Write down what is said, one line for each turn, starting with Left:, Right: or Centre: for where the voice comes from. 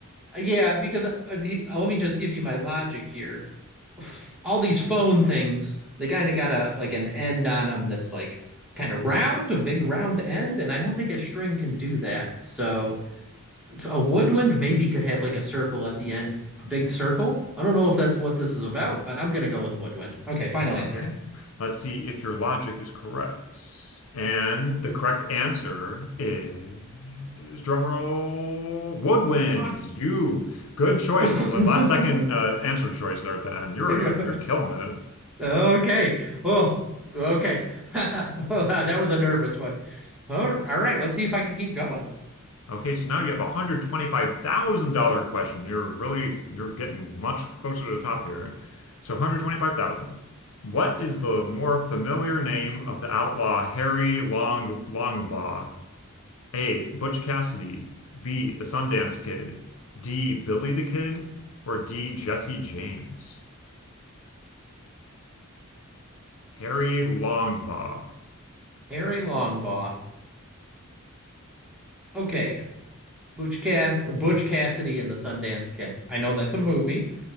Centre: yeah, because uh, he- uh, let me just give you my logic here. All these phone things, they kind of got a like an end on them that's like kind of round, a big round end, and I don't think a string can do that. So so a woodwind maybe could have like a circle at the end, a big circle. I don't know if that's what this is about, but I'm gonna go with woodwind. Okay, final
Left: Okay.
Centre: answer.
Left: Let's see if your logic is correct. And the correct answer is drumroll woodwind.
Centre: Oh, come
Left: You good choice.
Centre: on.
Left: The last second uh,
Centre: <laughs>
Left: answer choice there at the end. You're
Centre: Yeah.
Left: doing, you're killing it.
Centre: Okay. Oh, okay. <laughs> Well, that was a nervous one. All all right. Let's see if I can keep going.
Left: Okay, so now you have a one hundred twenty-five thousand dollar question. You're really you're getting much closer to the top here. So one hundred twenty-five thousand. dollars. What is the more familiar name of the outlaw Harry Long Longbaugh? A. Butch Cassidy. B. The Sundance Kid. D. Billy the Kid. Or D. Jesse James. Harry Longbaugh.
Centre: Harry Longbaugh. Okay. Butch Ca Butch Cassidy and the Sundance Kid. I know that's a movie,